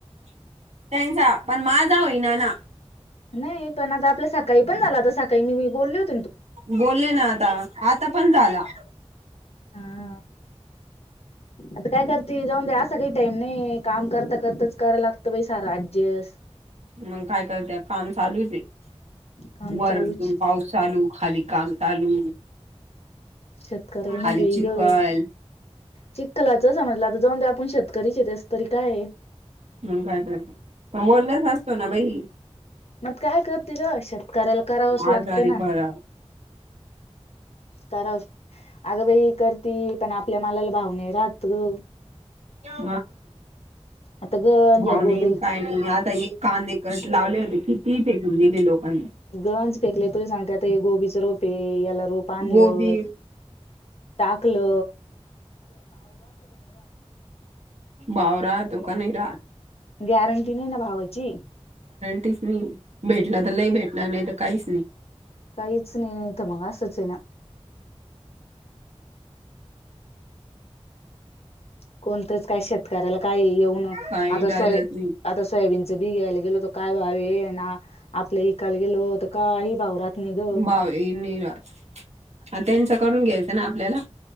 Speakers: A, on the right; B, on the left.
A: त्यांचा पण माझा होईना ना.
B: नाही पण आता आपल्या सकाळी पण झाला होता सकाळी मी बोललो होत.
A: बोलले ना आता आता पण झाला.
B: हा आता काय करते जाऊन द्या असा काही टाईम नाही काम करता करताच. करा लागत बाई सार ऍडजस्ट
A: मग काय करते काम चालूच आहे
B: काम
A: वरतून
B: चालूच
A: पाऊस चालू खाली काम चालू.
B: शेतकऱ्याला
A: खाली
B: नाही बाई
A: चिखल
B: गं. चिखखलाच समजलं आता जाऊन ते आपण शेतकरीचे तेस तरी काय आहे.
A: काय काय पण मोलाच असतो ना बाई.
B: मग काय करते ग शेतकऱ्याला करावंच लागत
A: आजारी
B: ना.
A: पडा
B: तर अग बाई करती. पण आपल्या मालाला भाव नाही राहत गं.
A: हा
B: आता गंज
A: भाव
B: या
A: नाही
B: गोबी
A: काय नाही आता ये कांदे कशे. लावले होते किती पे लोकांनी
B: गंज फेकले तुरी सांगते आता हे गोबीच रोप आहे याला रोप आणलं
A: गोबी
B: टाकलो.
A: भाव राहतो का नाही राहात.
B: गॅरंटी नाही ना भावाची.
A: च नाही भेटला तर लई भेटला नाही तर काहीच नाही.
B: काहीच नाही ये मग ये असच आहे कोणतच काय शेतकऱ्याला काही येऊन आता
A: काही इलाजच
B: सोय
A: नाही
B: आता सोयाबीन बघ्यायला गेलो तर काय भाव ना आपल्या विकायला गेलो तर काही भाव नाही ग
A: भावी निरास ह त्यांच्याकडून घ्यायचं ना आपल्याला